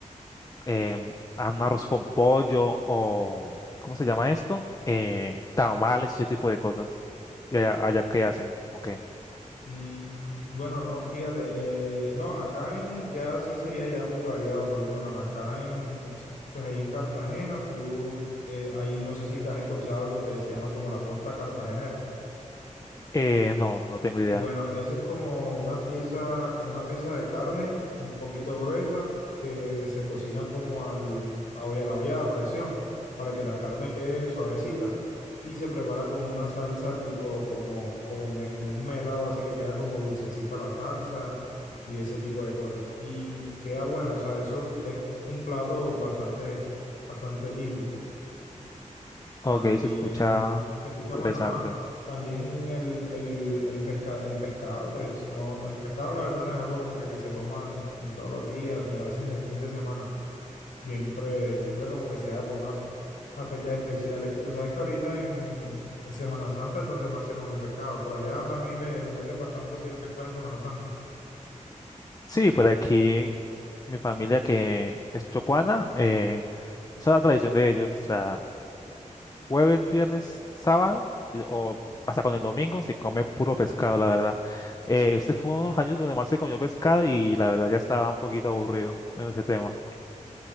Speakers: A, on the left (about 30°); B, on the left (about 90°).
A: em, a un arroz con pollo o, ¿cómo se llama esto? Eh, tamales, ese tipo de cosas. ¿Y allá, allá qué hacen? Ok.
B: Mm, bueno, no, fíjate, eh, no, acá en ya sí sería ya muy variado, por lo menos acá en, pues ahí en Cartagena, tú, eh, ahí no sé si has escuchado algo que se llama como la posta cartagenera.
A: Eh, no, no tengo idea.
B: Bueno, esa es como una pieza, como una pieza de carne, un poquito gruesa, que se cocina como al, a olla, a la olla de presión, para que la carne quede suavecita. Y se prepara como una salsa tipo, como, como, me- como un melado, así que queda como dulcecita la salsa y ese tipo de cosas. Y queda buena, o sea, eso es un plato bastante, bastante típico. También
A: Ok, se escucha
B: se escucha bueno,
A: interesante.
B: ah. También el, el, el, pesca, el pescado, pues no, el pescado la verdad no es algo como que, que se coma ni, todos los días, ni a veces ni el fin de semana. Siempre, siempre como que sea para unas unas fechas especiales. Y tú sabes que ahorita en, en Semana Santa es donde más se comió pescado. Por allá también le, le meten bastante así el pescado en Semana Santa.
A: Sí, por aquí mi familia que es chocuana, eh, esa es la tradición de ellos. O sea, jueves, viernes, sábado y- o hasta con el domingo se come puro pescado, la verdad. Eh, este fue uno de los años donde más se comió pescado y la verdad ya estaba un poquito aburrido en ese tema.